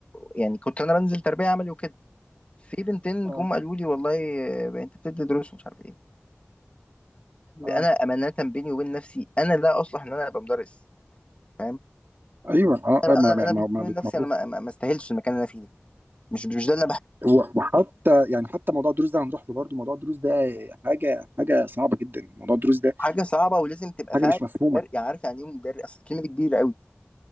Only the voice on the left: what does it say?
يعني كنت أنا بنزل تربية عملي وكده في بنتين
جم قالوا لي والله آه، أنت بتدي دروس ومش عارف إيه
أنا أمانة بيني وبين نفسي أنا لا أصلح إن أنا أبقى مدرس فاهم
أنا
أنا
بيني
وبين
نفسي أنا ما ما- ما استاهلش المكان اللي أنا فيه ده مش مش ده اللي أنا بحبه
حاجة صعبة ولازم تبقى
فاهم
عارف يعني إيه مدرس أصل الكلمة دي كبيرة قوي